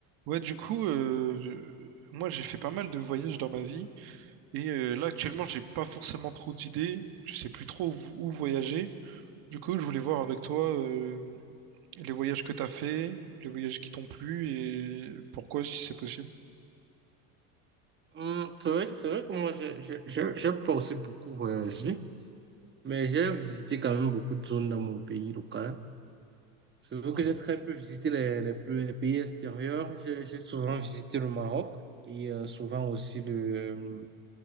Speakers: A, on the right (about 60°); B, on the right (about 25°).
A: Ouais, du coup, euh, je- moi j'ai fait pas mal de voyages dans ma vie et euh, là actuellement j'ai pas forcément trop d'idées, je sais plus trop où, où voyager. Du coup, je voulais voir avec toi euh, les voyages que t'as fait, les voyages qui t'ont plu et pourquoi si c'est possible.
B: Hum, c'est vrai, c'est vrai que moi, j'ai j'ai j'ai j'ai pas aussi beaucoup voyagé, mais j'ai visité quand même beaucoup de zones dans mon pays local. C'est vrai
A: Mhm.
B: que j'ai très peu visité les, les, plus- les pays extérieurs. J'ai j'ai souvent visité le Maroc et euh, souvent aussi le, euh,